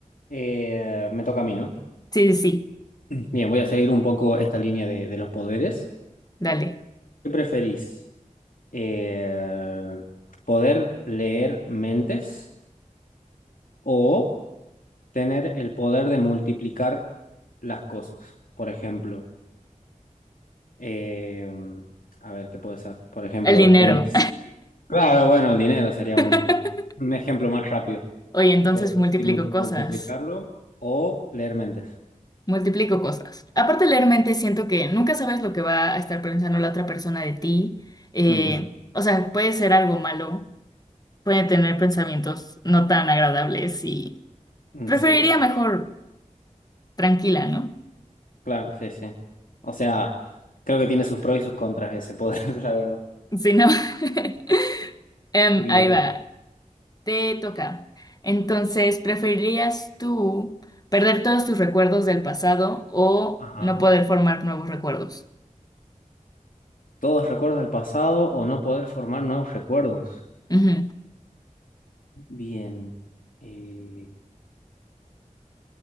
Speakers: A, on the left; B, on the left.
A: Eh, me toca a mí, ¿no?
B: Sí, sí, sí,
A: Bien, voy a seguir un poco esta línea de, de los poderes.
B: dale.
A: ¿Qué preferís? Eh, ¿poder leer mentes o tener el poder de multiplicar las cosas? Por ejemplo, Eh, a ver, ¿qué puede ser? Por ejemplo,
B: El dinero.
A: tenéis... Claro, bueno, el dinero sería
B: <laughs>
A: un, un ejemplo más rápido.
B: Oye, entonces
A: Podés
B: multiplico
A: multi-
B: cosas.
A: multiplicarlo o leer mentes.
B: Multiplico cosas. Aparte, leer mente, siento que nunca sabes lo que va a estar pensando la otra persona de ti. Eh,
A: Mm,
B: o sea, puede ser algo malo, puede tener pensamientos no tan agradables y
A: mm,
B: preferiría
A: sí,
B: mejor tranquila, ¿no?
A: claro, sí, sí. O sea, creo que tiene sus pros y sus contras ese poder, <laughs> la verdad.
B: Si no. <laughs> Em,
A: Bien.
B: ahí va. Te toca. Entonces, ¿preferirías tú perder todos tus recuerdos del pasado o
A: Ajá.
B: no poder formar nuevos recuerdos?
A: Todos recuerdos del pasado o no poder formar nuevos recuerdos.
B: Ujú.
A: Bien. Eh,